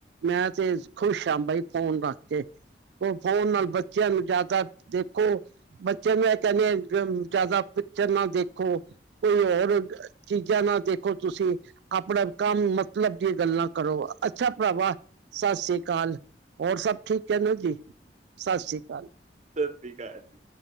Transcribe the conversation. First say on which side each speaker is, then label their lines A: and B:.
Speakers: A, on the right; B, on the right.
A: ਮੈਂ ਤੇ ਖੁਸ਼ ਹਾਂ ਬਾਈ ਫੋਨ ਰੱਖ ਕੇ। ਉਹ ਫੋਨ ਨਾਲ ਬੱਚਿਆਂ ਨੂੰ ਜ਼ਿਆਦਾ ਦੇਖੋ ਬੱਚਿਆਂ ਨੂੰ ਇਹ ਕਹਿੰਦੇ ਆ ਜ਼ਿਆਦਾ ਪਿਕਚਰ ਨਾ ਦੇਖੋ' ਕੋਈ ਹੋਰ ਚੀਜ਼ਾਂ ਨਾਲ ਦੇਖੋ ਤੁਸੀਂ। ਆਪਣਾ ਕੰਮ ਮਤਲਬ ਦੀਆਂ ਗੱਲਾਂ ਕਰੋ। ਅੱਛਾ ਭਰਾਵਾ ਸਤਿ ਸ੍ਰੀ ਅਕਾਲ। ਔਰ ਸਭ ਠੀਕ ਹੈ ਨਾ ਜੀ ਸਤਿ ਸ਼੍ਰੀ ਅਕਾਲ।
B: ਸਤਿ ਸ਼੍ਰੀ ਅਕਾਲ ਜੀ।